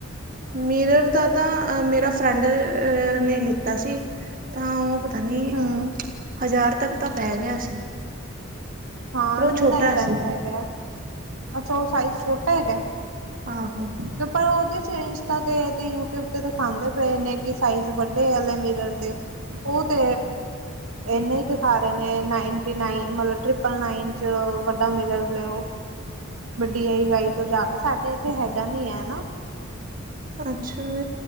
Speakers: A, on the right; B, on the right.
A: ਮੀਰਰ ਦਾ ਤਾਂ ਮੇਰਾ ਫਰੈਂਡ ਨੇ ਲਿੱਤਾ ਸੀ। ਤਾਂ ਉਹ ਪਤਾ ਨੀ,
B: ਹੂੰ
A: ਹਜ਼ਾਰ ਤੱਕ ਤਾਂ ਪੈ ਗਿਆ ਸੀ।
B: ਹਾਂ,
A: ਪਰ ਉਹ
B: ਏਨੇ
A: ਛੋਟਾ
B: ਦਾ ਹੀ ਪੈਂਦਾ
A: ਸੀ
B: ਹੈਗਾ। ਅੱਛਾ ਉਹ ਸਾਈਜ ਛੋਟਾ ਹੈਗਾ।
A: ਆਹੋ
B: ਤੇ ਪਰ ਉਹਦੇ ਚ ਇੰਸਟਾ ਤੇ ਯੂਟਿਊਬ ਤੇ ਖਾਂਦੇ ਪਏ ਨੇ ਕਿ ਸਾਈਜ਼ ਵੱਡੇ ਵਾਲੇ ਮਿਲਨ ਗਏ। ਉਹ ਤੇ ਇਨੇ ਸਖਾ ਰਹੇ ਨੇ ਨਾਈਨਟੀ- ਨਨ ਮਤਲਬ ਟ੍ਰਿਪਲ ਨਾਈਨ ਚ ਵੱਡਾ ਮਿਲਰ ਲਓ। ਵੱਡੀ ਆਈ ਵਈ ਤੋਂ ਜਾ ਕੇ ਸਾਡੇ ਇੱਥੇ ਹੈਗਾ ਨੀ ਹੈ ਨਾ।
A: ਅੱਛਾ।